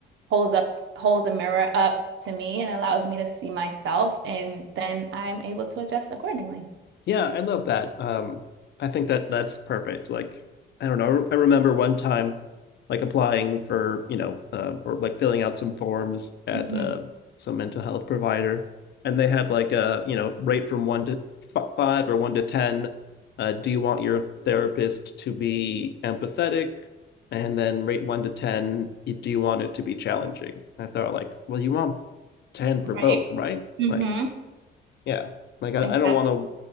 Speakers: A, on the right; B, on the left.
A: holds up holds a mirror up to me and allows me to see myself, and then I'm able to adjust accordingly.
B: Yeah, I love that. Um, I think that that's perfect. Like, I don't know. I remember one time, like applying for, you know, uh, or like filling out some forms at
A: hmm
B: uh, some mental health provider, and they had like a, you know, rate from one to f five or one to ten. Uh, do you want your therapist to be empathetic? And then rate one to ten. Do you want it to be challenging? I thought like, well, you want ten for
A: Right.
B: both, right?
A: hmm
B: Like, yeah like i,
A: Exactly.
B: I don't want to